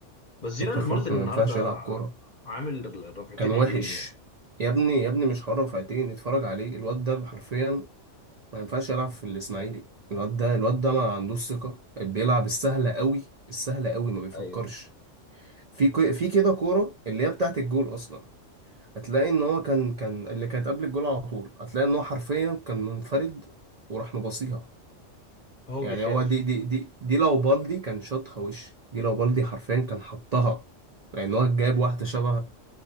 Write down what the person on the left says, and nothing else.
بس جيرارد
مارتن
النهارده
عامل رفعتين
حلوين يعني
ايوه
هو
بيخاف